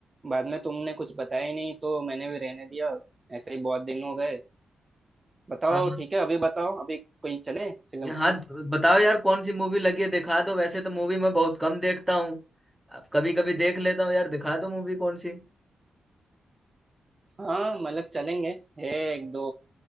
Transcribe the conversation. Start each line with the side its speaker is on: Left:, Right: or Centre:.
Right: बाद में तुमने कुछ बताया ही नहीं तो मैंने भी रहने दिया ऐसे ही बहुत दिन हो गए बताओ
Centre: हाँ
Right: ठीक है अभी बताओ अभी कोई चले फिल्म
Centre: यहाँ बताओ यार कौन सी मूवी लगी है दिखा दो वैसे तो मूवी मैं बहुत कम देखता हूँ अब कभी कभी देख लेता हूँ यार दिखा दो मूवी कौन सी
Right: हाँ मतलब चलेंगे है एक दो